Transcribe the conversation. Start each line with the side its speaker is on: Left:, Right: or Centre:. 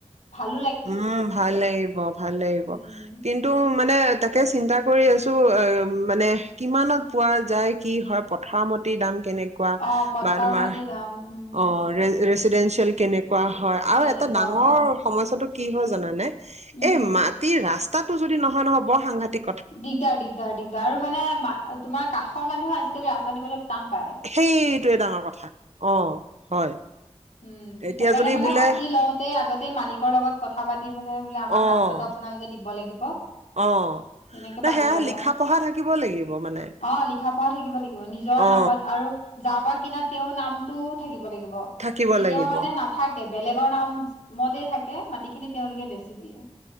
Left: ভাল।
Right: উম ভাল লাগিব। ভাল লাগিব
Left: উম
Right: কিন্তু? মানে তাকে চিন্তা কৰি আছোঁ। মানে কিমানত পোৱা যায়। কি হয় পথাৰৰ মাটিৰ দাম। তেনে কোৱা
Left: অ পথাৰৰ
Right: বা তোমাৰ
Left: মাটি দাম উম
Right: অ'। ৰেচিডেঞ্চিয়েল কেনেক।। কোৱা হয় আৰু
Left: কেনেকুৱা
Right: এটা ডাঙৰ
Left: হয়
Right: সমস্যাটো।। কি হয় জানানে?
Left: উম
Right: এই মাটিৰ ৰাস্তা।। তাতো যদি নহয় নহয় বৰ সাংঘাটিক।।
Left: দিগদাৰ দিগদাৰ দিগদাৰ আৰু মানে মাটিৰ।। তোমাৰ কাষৰ মানুহে আজিকালি ৰাস্তা দিবলৈ।। টান পায়।
Right: সেইটোয়ে ডাঙৰ কথা।। কথা অ' হয়।
Left: উম,
Right: এতিয়া
Left: সেইকাৰণে
Right: যদি
Left: মানে
Right: বোলে
Left: মাটি লওঁতে আগতে মালিকৰ লগত।। কথা পাতি।। লবা। বোলে আমাক
Right: অ',
Left: ৰাস্তাটো আপোনালোকে দিব লাগিব।
Right: অ',
Left: তেনেকে
Right: ন
Left: পাতি
Right: সেয়া
Left: লবা
Right: লিখা পঢ়া থাকিব লাগিব মানে।
Left: অ লিখা পঢ়া থাকিব লাগিব। নিজৰ
Right: অ
Left: নামত আৰু যাৰ পা।। কিনা তেওঁৰ নামটোও থাকিব লাগিব। বা।
Right: থাকিব
Left: কেতিয়াবা
Right: লাগিব
Left: মানে নাথাকে বেলেগৰ নাম মতে থাকে মাটি খিনি তেওঁলোকে বেচি দিয়ে।